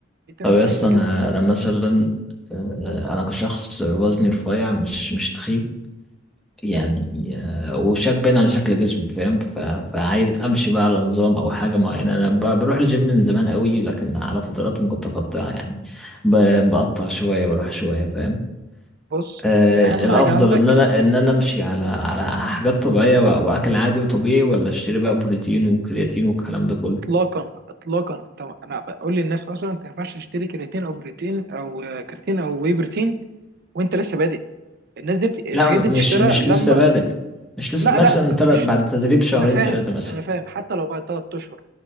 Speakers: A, on the right; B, in the centre.
A: ليه تعمل
B: طب
A: في
B: يا
A: نفسك
B: اسطى انا
A: كده؟
B: انا مثلا آه انا كشخص وزني رفيع مش مش تخيب يعني
A: مم.
B: آه وشك باين على شكل جسمي فاهم ف... فعايز امشي بقى على نظام او حاجه معينه انا ب... بروح الجيم من زمان قوي لكن على فترات متقطعه يعني ب... بقطع شويه واروح شويه فاهم
A: بص
B: آه،
A: انت اهم
B: الافضل
A: حاجه عندك
B: ان انا ان انا امشي على على حاجات طبيعيه و- واكل عادي وطبيعي ولا اشتري بقى بروتين وكرياتين والكلام ده كله
A: اطلاقا اطلاقا انت انا بقول للناس اصلا انت ما ينفعش تشتري كرياتين او بروتين او آه، كرياتين او واي بروتين وانت لسه بادئ الناس دي بت... الحاجات
B: لا م-
A: دي بتشترى
B: مش مش
A: لما
B: لسه بادئ مش لسه
A: لا
B: مثلا
A: لا
B: تل-
A: مش
B: بعد تدريب شهرين
A: انا فاهم
B: ثلاثه مثلا
A: انا فاهم حتى لو بعد ثلاث اشهر